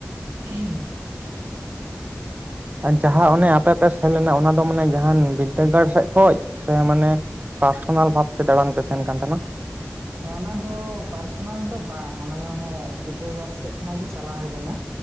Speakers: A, on the right (about 75°); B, on the right (about 35°).
A: <unintelligible>
B: ᱡᱟᱦᱟᱸ ᱚᱱᱮ ᱯᱮ ᱯᱮ ᱥᱮᱱ ᱞᱮᱱᱟ ᱚᱱᱟ ᱫᱚ ᱢᱟᱱᱮ ᱡᱟᱦᱟᱸᱱ ᱵᱤᱫᱽᱫᱟᱹᱜᱟᱲ ᱥᱮᱫ ᱠᱷᱚᱡ ᱥᱮ, ᱢᱟᱱᱮ ᱯᱟᱨᱥᱚᱱᱟᱞ ᱵᱷᱟᱵ ᱛᱮ ᱫᱟᱬᱟᱱ ᱯᱮ ᱥᱮᱱ ᱠᱟᱱ ᱛᱟᱦᱮᱱᱟ?
A: ᱚᱱᱟ ᱫᱚ ᱯᱟᱨᱥᱚᱱᱟᱞ ᱫᱚ ᱵᱟᱝ ᱚᱱᱟ ᱫᱚ ᱚᱱᱮ ᱵᱤᱫᱽᱫᱟᱹᱜᱟᱲ ᱥᱮᱜ ᱠᱷᱚᱱᱟᱜ ᱜᱮ ᱪᱟᱞᱟᱣ ᱦᱩᱭ ᱞᱮᱱᱟ᱾